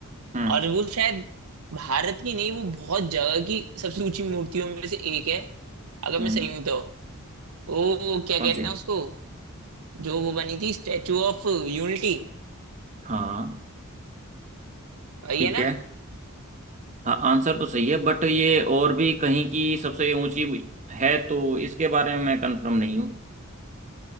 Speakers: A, on the right (about 30°); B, on the right (about 75°).
A: हम्म
B: और वो शायद भारत की नहीं वो बहुत जगह की सबसे ऊंची मूर्तियों में से एक है अगर
A: हम्म
B: मैं सही हूं तो वो क्या
A: कौन
B: कहते
A: सी
B: हैं उसको जो वो बनी थी स्टेचू ऑफ यूनिटी
A: हाँ
B: वही
A: ठीक
B: है ना
A: है हाँ आंसर तो सही है बट ये और भी कहीं की सबसे ऊंची है तो इसके बारे में मैं कंफर्म नहीं हूँ